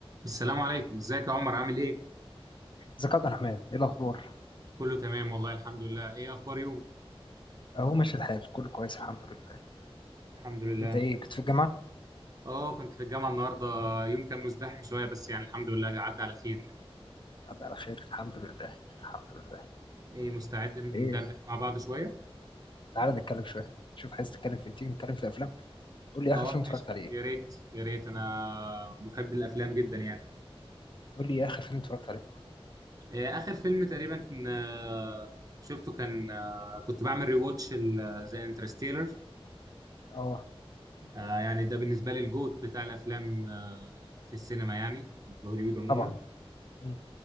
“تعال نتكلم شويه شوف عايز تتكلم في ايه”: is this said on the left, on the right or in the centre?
Left